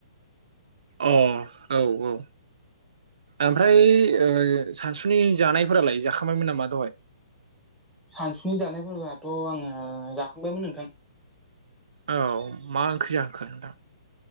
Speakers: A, on the right; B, in the centre.
A: अ औ औ ओमफ्राय सानजुनि जानायफोरालाय जाखांबायमोन नामा दहाय
B: सानसुनि जानायफोराथ' आङो जाखांबायमोन नोंथां
A: औ मा ओंख्रि जाखो नोंथां